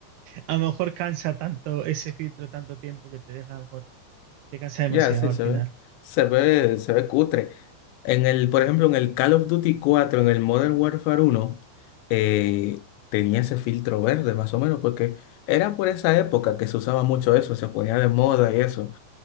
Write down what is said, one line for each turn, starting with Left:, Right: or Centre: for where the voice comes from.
Right: a lo mejor cansa tanto ese filtro, tanto tiempo que te deja, a lo mejor te cansa demasiado
Left: Ya, sí,
Right: al
Left: se
Right: final.
Left: ve. Se ve, se ve cutre. En el, por ejemplo, en el Call of Duty cuatro en el Modern Warfare uno eh, tenía ese filtro verde, más o menos, porque era por esa época que se usaba mucho eso, se ponía de moda y eso.